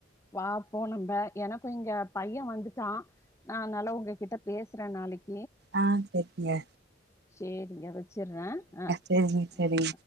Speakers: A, on the left (about 15°); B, on the right (about 55°).
A: வா போனம்ப எனக்கு இங்க பைய வந்துட்டா நா அனால உங்கக்கிட்ட பேசுற நாளைக்
B: ஆ சேரிங்க
A: சேரிங்க சுர்ற அ
B: சரிங்க சரிங்க